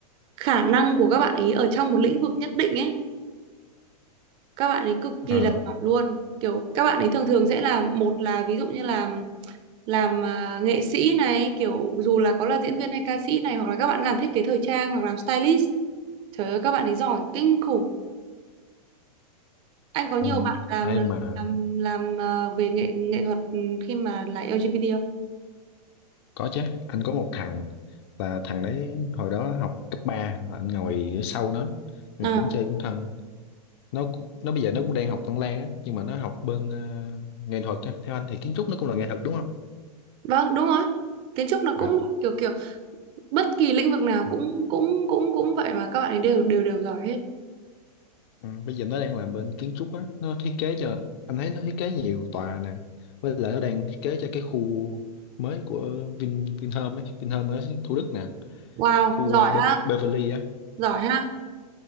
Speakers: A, on the right; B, on the left.
A: khả năng của các bạn ý ở trong một lĩnh vực nhất định ấy các bạn ấy cực kỳ
B: ờ
A: là giỏi luôn kiểu các bạn ấy thường thường sẽ là một là ví dụ như là làm à, nghệ sĩ này kiểu dù là có là diễn viên hay ca sĩ này hoặc là các bạn làm thiết kế thời trang hoặc làm stylist trời ơi các bạn ấy giỏi kinh khủng Anh có nhiều
B: ừ.
A: bạn làm
B: ai mà
A: làm làm ờ, về nghệ nghệ thuật ừ, khi mà là LGBT không?
B: có chứ anh có một thằng là thằng đấy hồi đó học cấp 3 anh ngồi ở sau nó mà
A: À,
B: cũng chơi cũng thân nó cũng- nó bây giờ nó cũng đang học văn lang á nhưng mà nó học bên ờ, nghệ thuật á theo anh thì kiến trúc nó cũng là nghệ thuật đúng không
A: vâng, đúng rồi. Kiến trúc nó
B: À,
A: cũng kiểu kiểu bất kỳ lĩnh vực nào
B: à,
A: cũng cũng cũng cũng vậy mà các bạn ấy đều đều đều giỏi hết.
B: ừ, bây giờ nó đang làm bên kiến trúc á nó thiết kế cho anh thấy nó thiết kế nhiều tòa nè với lại nó đang thiết kế cho cái khu mới của Vin Vinhome ấy Vinhome ở Thủ Đức nè
A: Wow,
B: khu
A: giỏi
B: ờ, Be
A: ha,
B: Beverly á
A: giỏi ha.